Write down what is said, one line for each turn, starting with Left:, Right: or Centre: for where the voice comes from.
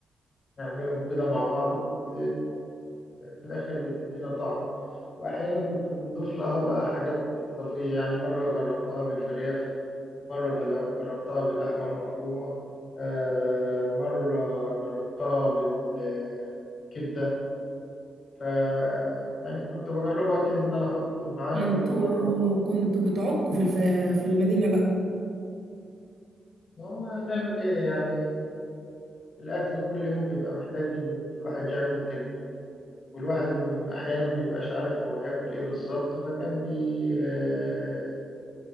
Left: نعملهم كده مع بعض بت- في الآخر بتدينا طعم وأحيانا كنت بنضيف لها بقى حاجات إضافية يعني مرة جربتها بالفراخ مرة جل- جربتها باللحمة المفرومة آه، مرة جربتها بال- بالكبدة ف يعني كنت بجربها كده إن أنا أحط معاها
Right: انتوا
Left: كل مرة
Right: كنتوا بتعكوا في الف... في المدينة بقى
Left: هو هنعمل إيه يعني الأكل كل يوم بيبقى محتاج إن الواحد يعمل تجديد والواحد م- أحيانا ما بيبقاش عارف هو هياكل إيه بالظبط فكان بي آه،